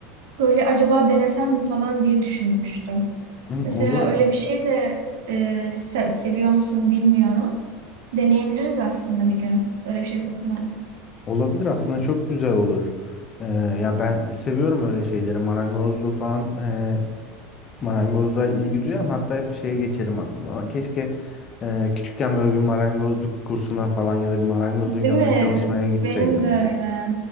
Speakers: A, on the right (about 80°); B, on the left (about 25°).
A: Böyle acaba denesem mi falan diye düşünmüştüm.
B: Hı,
A: Mesela
B: Olur.
A: öyle bir şey de e, se- seviyor musun bilmiyorum. Deneyebiliriz aslında bir gün. Öyle bir şey satın alalım.
B: Olabilir aslında çok güzel olur. Ee, ya ben seviyorum öyle şeyleri. Marangozluğu falan e, marangozluğa ilgi duyarım. Hatta hep şeye geçerim aklıma. Lan Keşke e, küçükken böyle bir marangozluk kursuna falan ya da bir marangozun
A: Değil
B: yanına
A: mi?
B: çalışmaya gitseydim
A: Benim de öyle.